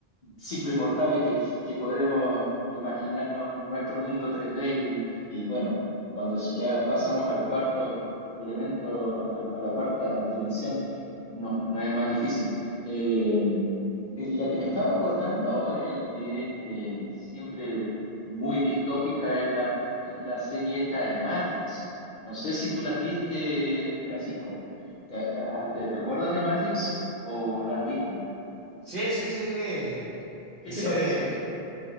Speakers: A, on the left; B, on the right.
A: simples mortales que, que podemos imaginarnos nuestro mundo 3D y, y bueno, cuando si ya pasamos al cuarto elemento, a la, a la cuarta dimensión, no, no es más difícil. Eh, eh, la que me estaba acordando ahora y que es eh, siempre muy distópica es la, es la serie esta de Matrix. No sé si tú las viste, Francisco. ¿Te, a- te, te acuerdas de Matrix o la has visto?
B: Sí, sí, sí, sí. el-
A: ¿Qué
B: ese
A: te parece?
B: de.